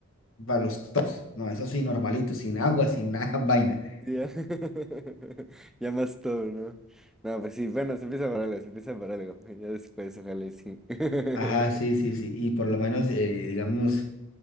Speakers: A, on the left; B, in the centre.
A: Va, los tops. No, eso sí, normalito, sin agua, sin nada, <laughs> vaina.
B: Sí, Ya, <laughs> ya más todo, ¿no? No, pues sí, bueno, se empieza por algo, se empieza por algo, ya después, ojalá y sí. <laughs>
A: Ajá, sí, sí, sí. Y por lo menos, eh, digamos,